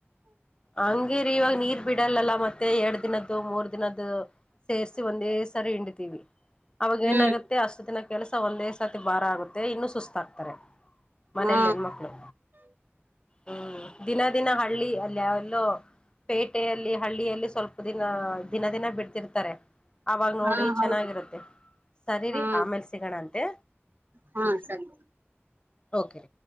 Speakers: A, on the left; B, on the right.
A: ಹಂಗೇರಿ ಇವಾಗ ನೀರ್ ಬಿಡಲ್ಲಲ ಮತ್ತೆ ಎರಡ್ ದಿನದ್ದು ಮೂರ ದಿನದ್ದು ಸೇರ್ಸಿ ಒಂದೇ ಸರಿ ಹಿಂಡತಿವಿ. ಅವಾಗ
B: ಹ್ಮ್
A: ಏನಾಗತ್ತೆ ಅಷ್ಟ ದಿನ ಕೆಲಸ ಒಂದೇ ಸತಿ ಬಾರ ಆಗುತ್ತೆ ಇನ್ನು ಸುಸ್ತಾಗ್ತಾರೆ. ಮನೇಲಿ
B: ಹಾ
A: ಹೆಣ್ಮಕ್ಳು ಹ್ಮ ದಿನ ದಿನ ಹಳ್ಳಿ ಅಲ್ಲಿವಲ್ಲೋ ಪೇಟೆಯಲ್ಲಿ ಹಳ್ಳಿಯಲ್ಲಿ ಸ್ವಲ್ಪ ದಿನ ದಿನಾ ದಿನಾ ಬಿಡ್ತಿರ್ತಾರೆ. ಅವಾಗ ನೋಡಿ
B: ಹಾ ಹೌದು
A: ಚೆನ್ನಾಗಿರುತ್ತೆ ಸರಿ
B: ಹಾ
A: ರಿ ಆಮೇಲ್ ಸಿಗಣ ಅಂತೆ.
B: ಹಾ ಸರಿ
A: ಓಕೆ